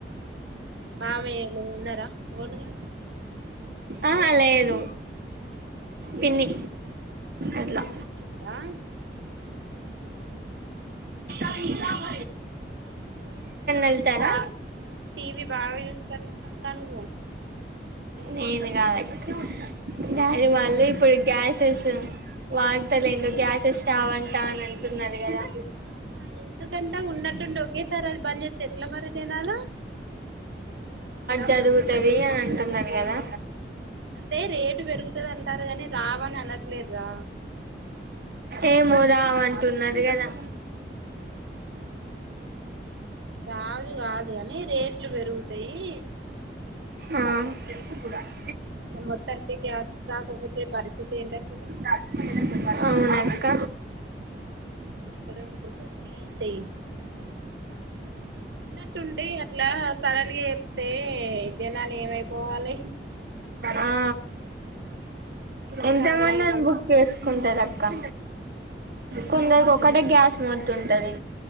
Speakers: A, on the right; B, on the right.
A: మామయ్య లు ఉన్నారా ఓనుగా
B: అహా లేదు
A: అవునా
B: పిన్ని అట్లా
A: పిన్ని ఉందా
B: ఉ
A: టివి
B: వెళ్తారా
A: బ టీ వి బాగా చూసేటట్టు ఉన్నావ్ గా నువ్వు
B: నేను గాదు అక్క డాడి వాళ్ళు ఇప్పుడు గ్యాస్ తెసు వార్తల్ ఏందో గ్యాసెస్ రావంటా అని అంటున్నారు గదా
A: ఆ ఎందుకంటే ఉన్నట్టుండి ఒకేసారి అది బంద్ చేస్తే ఎట్లా మరి జనాలు
B: జరుగుతుది అని అంటున్నారు గదా
A: అంతే రేటు పెరుగుతది అంటారు గని రావని అనట్లేదు గా
B: ఏమ్ నువ్వు రావు అంటున్నడు గదా
A: రాదు గాదు గని రేట్లు పెరుగుతయి
B: ఆ టెంపు కూడామ్
A: మొత్తానికి గ్యాస్ రాకపోతే పరిస్థితి ఏంటి అసలు
B: అ అవునా అక్క
A: ఆ ఎక్కడ వండుకుంటారు ఏంటి ఉన్నట్టుండి అట్లా సడన్ గా జెప్తే జనాలు ఏమైపోవాలి
B: ఆ
A: ఒక్కసారి
B: ఎంత మంది
A: వాళ్ళు
B: ఓకే ఉంటధాక్క
A: ఆ
B: కుంద కోక్కంట గ్యాస్ మొద్దుంటుంది